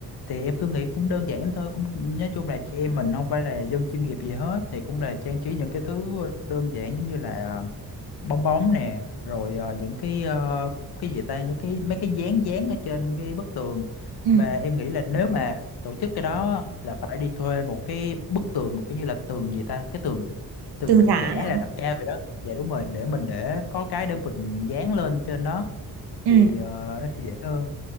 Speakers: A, on the left; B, on the right.
A: thì em cứ nghĩ cũng đơn giản thôi cũng nói chung là chị em mình không phải là dân chuyên nghiệp gì hết thì cũng là trang trí những cái thứ đơn giản giống như là ờ, bong bóng nè rồi ờ, những cái ờ, cái gì ta những cái mấy cái dán dán ở trên cái bức tường
B: Ừ,
A: và em nghĩ là nếu mà tổ chức cái đó á, là phải đi thuê một cái bức tường mà kiểu như là tường gì ta cái tường tường
B: tường giá
A: giả
B: hả?
A: là thạch cao vậy đó dạ đúng rồi để mình để có cái để mình dán lên trên nó
B: Ừ.
A: thì ờ, nó sẽ dễ hơn